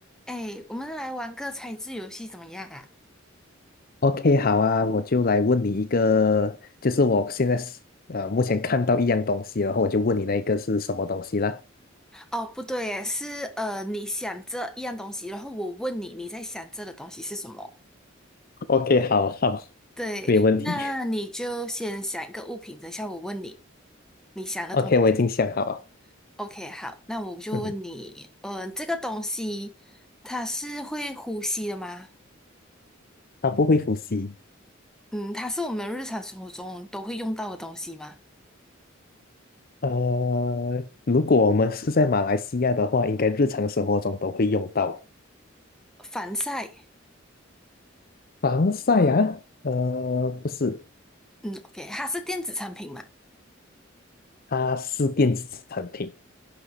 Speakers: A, in the centre; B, on the left.
A: 哎，我们来玩个猜字游戏怎么样啊？
B: OK，好啊，我就来问你一个，就是我现在是呃目前看到一样东西，然后我就问你那一个是什么东西啦。
A: 哦，不对耶是呃，你想这一样东西，然后我问你，你在想这的东西是什么？
B: OK，好好，
A: 对，
B: 没有问题。
A: 那你就先想一个物品，等一下我问你，你想的东西是什么
B: <laughs> OK，我已经想好了，
A: OK，好，那我就问你，
B: 嗯，
A: 嗯、呃这个东西它是会呼吸的吗？
B: 它不会呼吸。
A: 嗯，它是我们日常生活中都会用到的东西吗？
B: 呃，如果我们是在马来西亚的话，应该日常生活中都会用到
A: 防晒，
B: 防晒啊。呃，不是，
A: 嗯，OK，它是电子产品吗？
B: 它是电子产品。